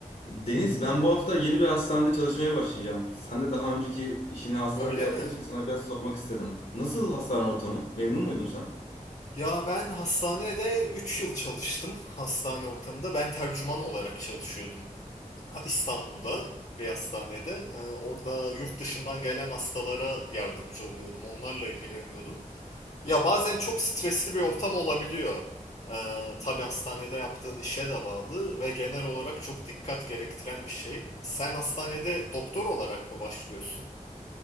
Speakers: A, on the left; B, on the left.
A: Deniz, ben bu hafta yeni bir hastanede çalışmaya başlayacağım. Sen de daha önceki işini hastanede
B: Öyle
A: yaptığın
B: mi?
A: için sana biraz sormak istedim. Nasıl hastane ortamı? Memnun muydun sen?
B: Ya ben hastanede 3 yıl çalıştım. Hastane ortamında. Ben tercüman olarak çalışıyordum. Ha, İstanbul'da bir hastanede. Ee, orada yurt dışından gelen hastalara yardımcı oluyordum. Onlarla ilgileniyordum. Ya bazen çok stresli bir ortam olabiliyor. Ee, tabii hastanede yaptığın işe de bağlı ve genel olarak çok dikkat gerektiren bir şey. Sen hastanede doktor olarak mı başlıyorsun?